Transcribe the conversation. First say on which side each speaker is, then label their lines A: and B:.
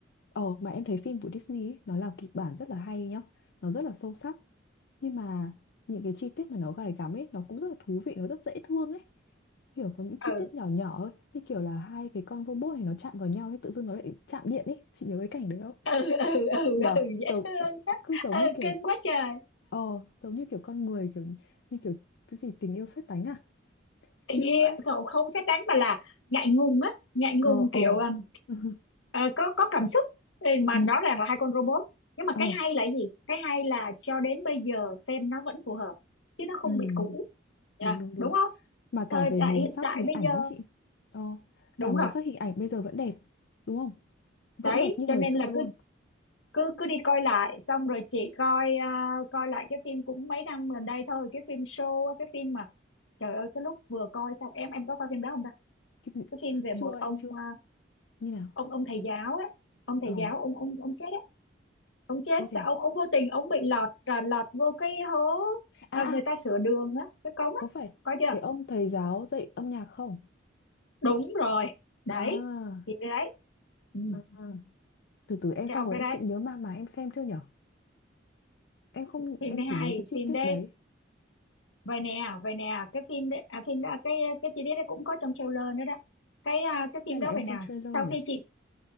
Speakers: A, on the left; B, on the left.
A: ờ mà em thấy phim của Disney ấy, nó làm kịch bản rất là hay nhá nó rất là sâu sắc Nhưng mà những cái chi tiết mà nó gay gắm ấy, nó cũng rất là thú vị, nó rất dễ thương ấy. Kiểu có những chi
B: ừ
A: tiết nhỏ nhỏ ấy, như kiểu là hai cái con robot này nó chạm vào nhau thì tự dưng nó lại chạm điện ấy. Chị nhớ cái cảnh đấy không?
B: ừ ừ ừ, ừ,
A: Nhờ,
B: ừ, dễ
A: giống,
B: thương á
A: cứ giống
B: ừ
A: như kiểu,
B: cưng quá trời
A: ờ, giống như kiểu con người, kiểu như kiểu cái gì tình yêu sét đánh à?
B: tình
A: Cute
B: yêu
A: vậy.
B: cậu không xét đánh mà là ngại ngùng á ngại ngùng
A: Ờ,
B: kiểu
A: ờ.
B: um,
A: <laughs>
B: ờ, có có cảm xúc Ừ, mà
A: Ừ.
B: rõ ràng là hai con robot nhưng mà cái
A: Ờ,
B: hay là cái gì cái hay là cho đến bây giờ xem nó vẫn phù hợp chứ nó không
A: ừ.
B: bị cũ Dạ,
A: Đúng, đúng, đúng.
B: đúng không
A: Mà cả
B: thời
A: về
B: đại
A: màu
B: hiện
A: sắc
B: tại
A: hình
B: bây
A: ảnh
B: giờ
A: ấy chị. Ờ,
B: đúng
A: cả màu
B: rồi
A: sắc hình ảnh bây giờ vẫn đẹp, đúng không? Vẫn
B: đấy
A: đẹp như
B: cho
A: ngày
B: nên
A: xưa
B: là
A: luôn.
B: cứ cứ cứ đi coi lại xong rồi chị coi à, coi lại cái phim cũng mấy năm gần đây thôi cái phim show á, cái phim mà trời ơi cái lúc vừa coi xong em em có coi phim đó không ta
A: Cái-
B: cái phim về
A: chưa
B: một ông
A: em chưa
B: à,
A: như nào
B: ông ông thầy giáo ấy ông thầy
A: ờ
B: giáo ông ông ông chết ấy ông chết
A: ô thế
B: sao
A: à
B: ông ông vô tình ông bị lọt à, lọt vô cái hố
A: à
B: à,
A: à
B: người ta sửa đường á cái cống
A: có
B: á
A: phải
B: có chưa
A: cái ông thầy giáo dạy âm nhạc không
B: đúng rồi đấy
A: à,
B: phim đấy đấy ừ.
A: à. à. từ từ em
B: cái
A: xong
B: ông
A: rồi
B: đấy
A: em
B: đấy
A: cũng nhớ mà mà em xem chưa nhở em không
B: phim
A: em
B: đấy
A: chỉ
B: hay
A: nhớ cái chi
B: phim
A: tiết
B: đấy
A: đấy
B: vậy nè vậy nè cái phim đấy à, phim đó cái cái chi tiết đấy cũng có trong trailer nữa đó cái à, cái phim
A: hay
B: đó
A: là em
B: vậy
A: xem
B: nè
A: trailer
B: sau khi
A: nhở
B: chị